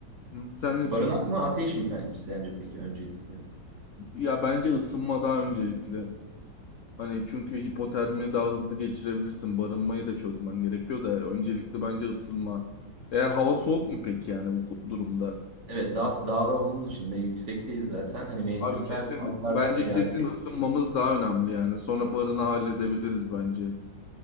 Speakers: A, on the left; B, on the right.
A: Hı. Sen
B: Barınak
A: ne düşünüyorsun?
B: mı ateş mi pen- sence peki öncelikle?
A: Ya bence ısınma daha öncelikli. Hani çünkü hipotermi daha hızlı geçirebilirsin. Barınmayı da çözmen gerekiyor da öncelikli bence ısınma. Eğer hava soğuk mu peki yani bu ku- durumda?
B: Evet dağ, dağda olduğumuz için ve yüksekteyiz zaten. Hani mevsimsel
A: Abi kesin
B: farklardan
A: bence
B: ziyade
A: kesin ısınmamız daha önemli yani. Sonra barını halledebiliriz bence.